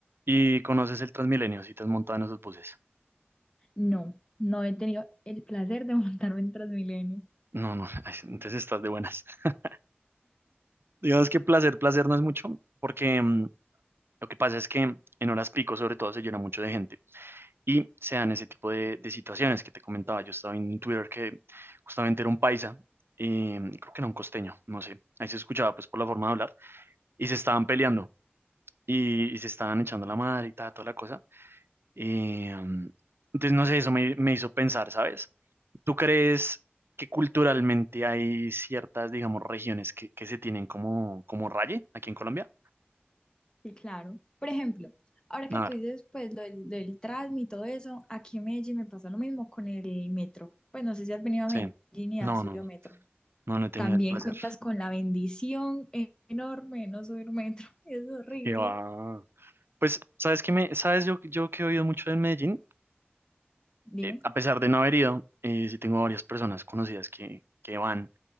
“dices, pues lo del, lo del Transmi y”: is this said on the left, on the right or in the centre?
Left